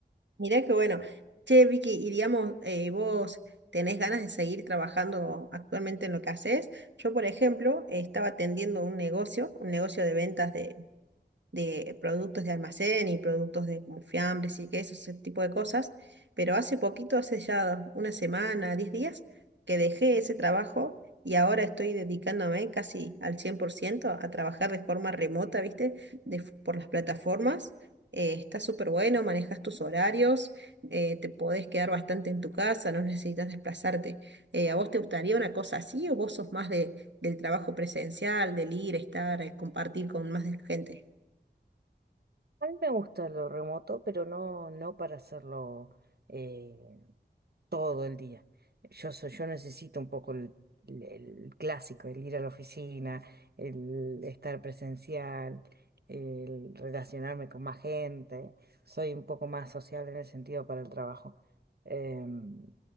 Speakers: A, on the right; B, on the right.
A: Mirá que bueno. Che, Vicky, y digamos, eh, vos tenés ganas de seguir trabajando actualmente en lo que haces. Yo, por ejemplo, eh, estaba atendiendo un negocio, un negocio de ventas de de productos de almacén y productos de como fiambres y quesos, ese tipo de cosas, pero hace poquito, hace ya una semana, 10 días, que dejé ese trabajo y ahora estoy dedicándome casi al 100% a trabajar de forma remota, ¿viste? De f- por las plataformas. Eh, está súper bueno, manejas tus horarios, eh, te podés quedar bastante en tu casa, no necesitas desplazarte. Eh, ¿a vos te gustaría una cosa así o vos sos más de, del trabajo presencial, del ir, estar, eh, compartir con más gente?
B: A mí me gusta lo remoto, pero no, no para hacerlo. eh, todo el día. Yo, soy- yo necesito un poco el, el- el clásico, el ir a la oficina, el estar presencial, el relacionarme con más gente. Soy un poco más social en el sentido para el trabajo. Em,